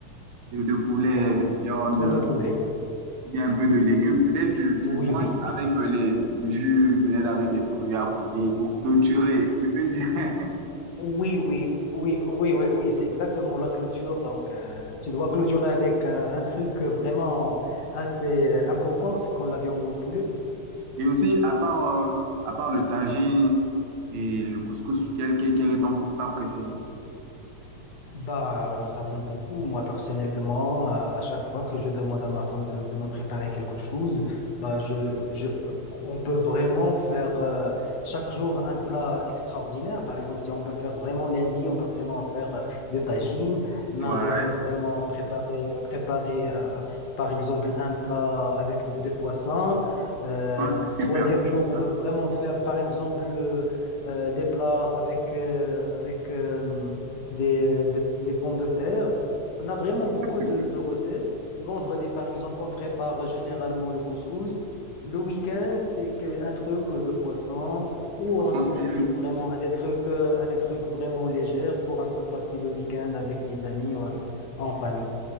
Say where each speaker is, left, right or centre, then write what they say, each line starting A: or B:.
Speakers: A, on the right; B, on the left.
A: de, de poulet,
B: viande
A: de viande,
B: ou de poulet.
A: ou bien un peu de légumes. Peut-être tu,
B: Oui,
A: tu manges
B: oui, oui.
A: avec euh, les, du jus, peut-être avec des fruits à côté pour clôturer. Je veux dire. <laughs>
B: Oui, oui, oui, oui, oui, oui, c'est exactement la clôture. Donc, euh, tu dois clôturer avec euh, un truc vraiment assez important, c'est comme la viande au poulet.
A: Et aussi, à part, euh, à part le tagine et le couscous, quel, quel, quel est ton plat préféré?
B: Bah, nous avons beaucoup. Moi, personnellement, à, à chaque fois que je demande à ma femme de, de me préparer quelque chose, bah, je, je, on peut vraiment faire euh, chaque jour un plat extraordinaire. Par exemple, si on peut faire vraiment lundi, on peut vraiment faire euh, de tagine. Mardi,
A: Ouais,
B: on peut vraiment préparer, euh, préparer euh, par exemple, un plat avec de- des poissons. Euh,
A: ouais, c'est
B: troisième
A: super, c'est
B: jour,
A: super.
B: on peut vraiment faire, par exemple, euh, euh, des plats avec, euh, avec euh, des, des- des pommes de terre. On a vraiment
A: C'est
B: beaucoup
A: super.
B: de, de recettes. Vendredi, par exemple, on prépare généralement le couscous. Le week-end, c'est que- un truc de poisson où
A: Je pense
B: on
A: qu'on
B: se
A: s'aime.
B: limite vraiment à des trucs, euh, à des trucs vraiment légers pour un peu passer le week-end avec les amis ou avec, en famille.